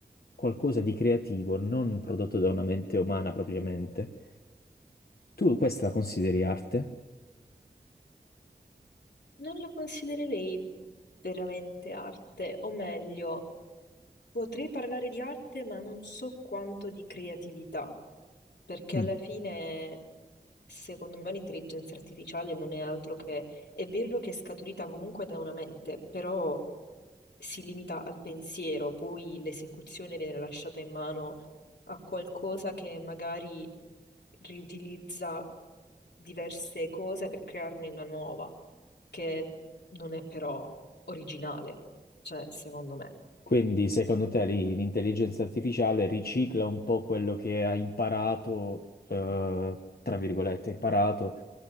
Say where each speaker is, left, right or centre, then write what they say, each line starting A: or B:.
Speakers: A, on the left; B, on the left.
A: qualcosa di creativo, non prodotto da una mente umana propriamente. Tu questa la consideri arte?
B: Non lo considererei veramente arte, o meglio, potrei parlare di arte, ma non so quanto di creatività, perché
A: Mm.
B: alla fine, secondo me, l'intelligenza artificiale non è altro che, è vero che è scaturita comunque da una mente, però si limita al pensiero, poi l'esecuzione viene lasciata in mano a qualcosa che magari riutilizza diverse cose per crearne una nuova, che non è però originale, cioè, secondo me.
A: Quindi, secondo te, lì l'intelligenza artificiale ricicla un po' quello che ha imparato, eh, tra virgolette, imparato,